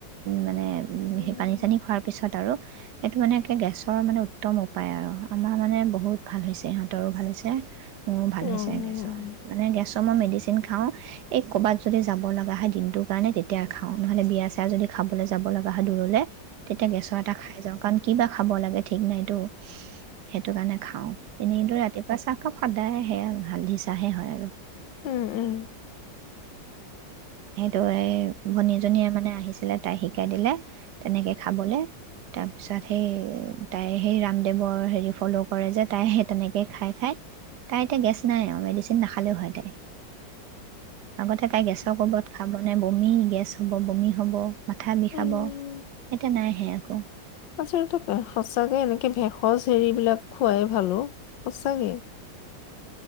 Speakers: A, on the right; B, on the left.
A: মানে
B: উম
A: সেই পানী চানী খোৱাৰ পিছত আৰু সেইটো মানে একে গেছৰ মানে উত্তম উপায় আৰু আমাৰ মানে বহুত ভাল হৈছে ইহঁতৰো ভাল হৈছে মোৰ ভাল
B: অ
A: হৈছে গেছৰ মানে গেছ মই মেডিচিন খাওঁ এই ক'ৰবাত যদি যাব লগা হয় দিনটোৰ কাৰণে তেতিয়া খাওঁ। নহ'লে বিয়া চিয়া যদি খাবলৈ যাব লগা হলে দুৰলে তেতিয়া গেছৰ এটা খাই যাও। কাৰণ কিবা খাব লাগে ঠিক নাইটো সেইটো কাৰণে খাওঁ এনেদৰে ৰাতিপুৱা চাহকাপ সদায় সেয়া হালধি চাহে হয় আৰু
B: উম উম
A: সেইটোয়ে ভনী এজনীয়ে মানে আহিছিলে তাই শিকাই দিলে তেনেকে খাবলে তাৰপিছত সেই তাই সেই ৰামদেৱৰ হেৰি ফ'ল' কৰে যে তাইহে তেনেকে খাই খাই তাই এতিয়া গেছ নাই আৰু মেডিচিন নাখালেও হয়। তাইৰ আগতে তাই গেছৰ কবত মানে বমি-গেছ হ'ব, বমি হ'ব মাথা বিষাব।
B: উম,
A: এতিয়া নাই হে আকৌ
B: আচলতে অ, সঁচাকে এনেকে ভেষজ হেৰিবিলাক খোৱাই ভাল অ। সঁচাকে